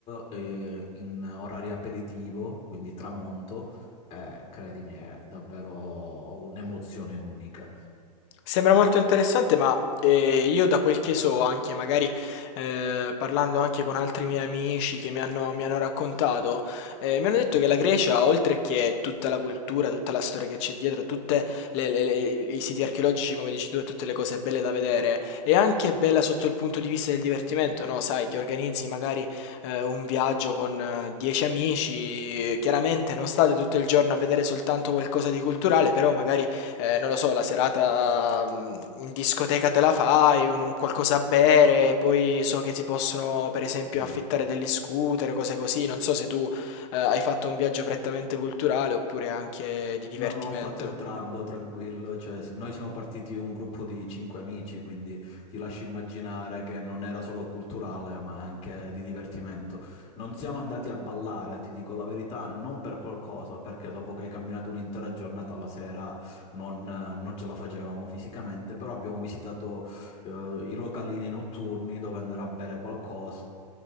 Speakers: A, on the left; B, on the left.
A: eh, in orario aperitivo, quindi tramonto, eh, credimi, è davvero un'emozione unica.
B: Sembra molto interessante, ma eh, io da quel che so, anche magari eh, parlando anche con altri miei amici che mi hanno, mi hanno raccontato, eh, mi hanno detto che la Grecia, oltre che tutta la cultura, tutta la storia che c'è dietro, tutti i siti archeologici, come dici tu, e tutte le cose belle da vedere, è anche bella sotto il punto di vista del divertimento, no? Sai, ti organizzi magari eh, un viaggio con eh, 10 amici, chiaramente non state tutto il giorno a vedere soltanto qualcosa di culturale, però magari eh, non lo so, la serata mm, in discoteca te la fai, un, un qualcosa a bere, poi so che si possono per esempio
A: Sì.
B: affittare degli scooter, cose così. Non so se tu eh, hai fatto un viaggio prettamente culturale oppure anche di divertimento.
A: No, no, ho fatto entrambo, tranquillo. Cioè, s- noi siamo partiti un gruppo di cinque amici, quindi ti lascio immaginare che non era solo culturale, ma anche di divertimento. Non siamo andati a ballare, ti dico la verità, non per qualcosa, perché dopo che hai camminato un'intera giornata alla sera non, eh, non ce la facevamo fisicamente, però abbiamo visitato eh, i localini notturni dove andare a bere qualcosa.